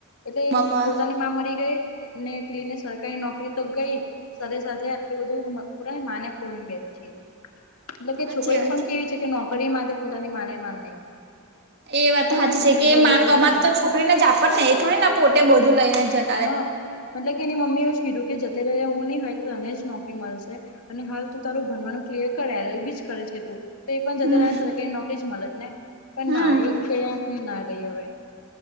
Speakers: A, on the left; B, on the right.
A: એટલે
B: બાપા
A: પોતાની મા મરી ગઈ, એને પેલી ને સરકારી નોકરી તો ગઈ સાથે સાથે આલું બધું પરા માને ખોવીને બેસી જીવન. મલબ કે
B: સાચી
A: છોકરીઓ
B: વાત
A: પણ કેવી છે કે નોકરી માટે પોતાની માને માર નાખી.
B: એ વાત
A: તો
B: સાચી
A: મતલબ
B: છે કે
A: બહુ
B: મા
A: બધું
B: કમાત
A: છે
B: તો છોકરીને જ આપડ ને એ થોડી ના પોતે બધું લઈને જત
A: હા મતલબ કે એની મમ્મી એવ જ કીધું કે જતે રહેલે હું નહી હોય તો તને જ નોકરી મળશે. અને હાલ તું તારું ભનવાનું ક્લિયર કરે એલ બી જ કરે છે તું તો એ પણ
B: હમ
A: જ સરકારી નોક મળત ને પણ
B: હમ
A: ના એ કયાક ની ના રહી હવે.